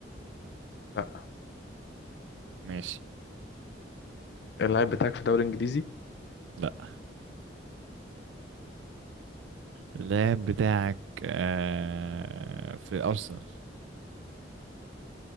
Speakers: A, on the left; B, on the right.
A: لا
B: ماشي
A: اللاعب بتاعك في دوري إنجليزي
B: لا اللاعب بتاعك آه في أرسنال